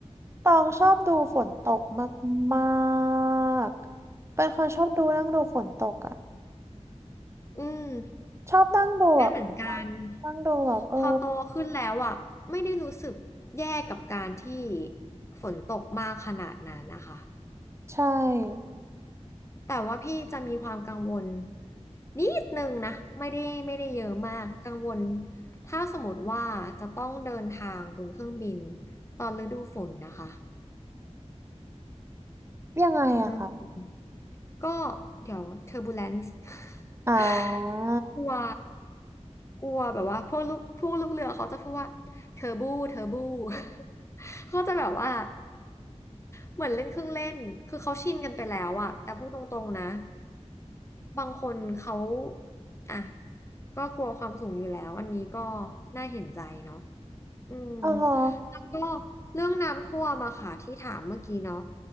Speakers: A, on the right; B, on the left.
A: ตองชอบดูฝนตกมากๆเป็นคนชอบดูนั่งดูฝนตกอะ
B: อืม
A: ชอบนั่งดูแบบ
B: เป็นเหมือนกัน
A: นั่งดูแบบเออ
B: พอโตขึ้นแล้วอ่ะไม่ได้รู้สึกแย่กับการที่ฝนตกมากขนาดนั้นนะคะ
A: ใช่
B: แต่ว่าพี่จะมีความกังวลนิดนึงนะไม่ได้ไม่ได้เยอะมากกังวลถ้าสมมติว่าจะต้องเดินทางบนเครื่องบินตอนฤดูฝนนะคะ
A: ยังไงอะค่ะ
B: อืม ก็เดี๋ยวเทอร์บ e เลน์
A: อ่า
B: <laughs> กลัวกลัวแบบว่าพวกลูกพวกลูกเรือเขาจะพูดว่าเทอร์บูเทอร์บู <laughs> เขาจะแบบว่าเหมือนเล่นเครื่องเล่นคือเขาชินกันไปแล้วอะแต่พูดตรงๆนะบางคนเขาอ่ะก็กลัวความสูงอยู่แล้วอันนี้ก็น่าเห็นใจเนาะ อืม
A: อ๋อ
B: แล้วก็เรื่องน้ำท่วมอะค่ะที่ถามเมื่อกี้เนาะ